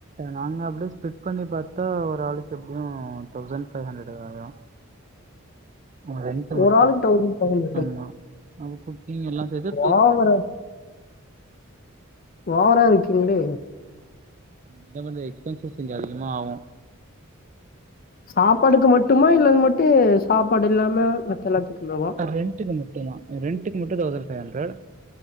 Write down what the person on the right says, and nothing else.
நாங்க அப்டியே ஸ்ப்ளிட் பண்ணி பாத்தா ஒரு ஆளுக்கு எப்டியு தௌசண்ட் ஃபைவ் ஹண்ட்ரட் வரு ஒ ரெண்ட் மட்டு
ஆமா அப்ப குக்கிங் எல்லா சேத்து டூ
என்ன பண்றது எக்ஸ்பென்சஸ் இங்க அதிகமா ஆகு
ரெண்ட்டுக்கு மட்டுந்தா ரெண்ட்டுக்கு மட்டு தௌசண்ட் ஃபைவ் ஹண்டர்ட்